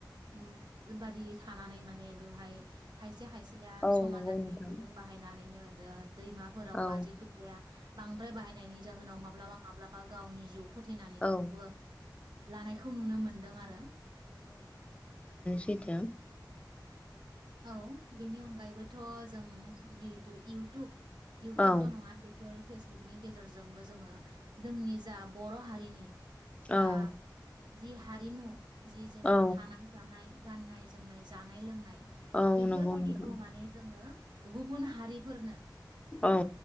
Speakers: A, on the right; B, on the left.
A: उम बादि थानानै माने बेवहाय खायसे खायसेया
B: औ
A: समाजारि
B: नंगौ नोंथां
A: बिजों बाहायनानैनो दा दैमाफोरावबा
B: औ
A: जिखुनु जाया बांद्राय बाहायनायनि जाहोनाव माब्लाबा माब्लाबा गावनि जिउ फोथै गबा
B: औ
A: लानायखौ नुनो मोनदों आरो
B: बेथा
A: औ बेनि अनगायैबोथ' जों जिहेथु इउटुब इउटुबल'
B: औ
A: नङा बेफोर फेसबुकनि गेजेरजोंबो जोङो जोंनि जा बर' हारिनि
B: औ
A: बा जि हारिमु जि जोंनि
B: औ
A: थानाय जानाय गाननाय जोमनाय जानाय लोंनाय
B: औ
A: बेफोरबायदिखौ
B: नंगौ नोंथां
A: माने जों हो गुबुन हारि फोरनो ओ
B: औ